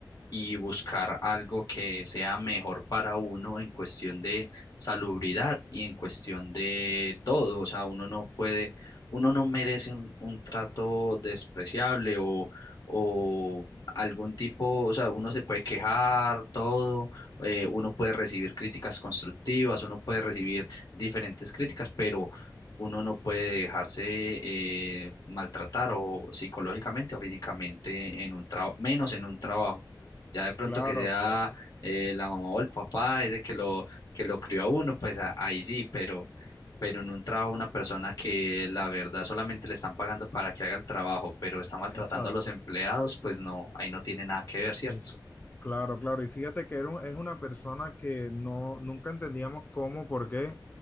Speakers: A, on the left; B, on the left.
A: y buscar algo que sea mejor para uno en cuestión de salubridad y en cuestión de todo. O sea, uno no puede, uno no merece un, un trato despreciable o, o algún tipo, o sea, uno se puede quejar, todo, eh, uno puede recibir críticas constructivas, uno puede recibir diferentes críticas, pero... Uno no puede dejarse eh, maltratar o psicológicamente o físicamente en un trabajo, menos en un trabajo. Ya de pronto
B: Claro,
A: que sea
B: claro,
A: eh, la mamá o el papá, ese que lo, que lo crió a uno, pues a- ahí sí, pero, pero en un trabajo una persona que la verdad solamente le están pagando para que haga el trabajo, pero está maltratando
B: exacto.
A: a los empleados, pues no, ahí no tiene nada que ver, ¿cierto?
B: Es, claro, claro. Y fíjate que era un- es una persona que no, nunca entendíamos cómo, por qué